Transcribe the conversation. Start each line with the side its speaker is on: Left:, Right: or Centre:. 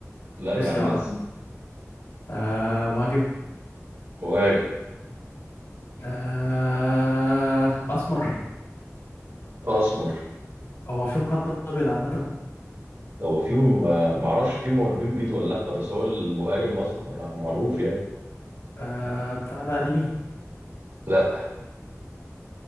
Right: لا
Left: بروسيا
Right: يا عم
Left: بقى
Right: لسه
Left: آه مهاجم
Right: مهاجم
Left: آه اسمر
Right: اسمر
Left: هو ما فيهم حد ابيض عامه
Right: هو فيهم ما اعرفش فيهم مهاجمين بيض ولا لا بس هو المهاجم اسمر يعني معروف يعني
Left: آه بتاع ده قديمي
Right: لا